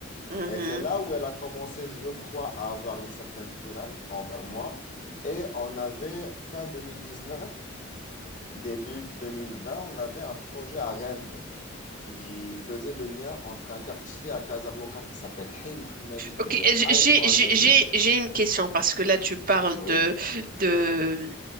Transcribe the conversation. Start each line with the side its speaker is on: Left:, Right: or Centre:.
Right: mhm.
Left: Et c'est là où elle a commencé, je crois, à avoir une certaine flamme envers moi. Et on avait, fin 2019, début 2020, on avait un projet à Rennes qui faisait le lien entre un quartier à Casablanca qui s'appelle Hey Mohammadi
Right: Ok,
Left: ou bien Aïe
Right: j'ai,
Left: Mohammadi,
Right: j'ai, j'ai, j'ai une question parce que là, tu parles
Left: oui,
Right: de, de